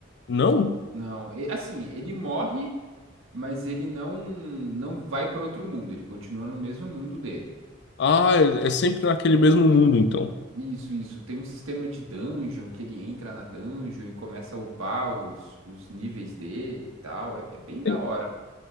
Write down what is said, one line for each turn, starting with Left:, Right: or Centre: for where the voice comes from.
Left: Não?
Right: Não, e- assim, ele morre, mas ele não não vai para outro mundo, ele continua no mesmo mundo dele.
Left: Ah, é, é sempre naquele mesmo mundo, então.
Right: Isso, isso. Tem um sistema de dungeon que ele entra na dungeon e começa a upar os, os níveis dele e tal. É, é bem da
Left: En-
Right: hora.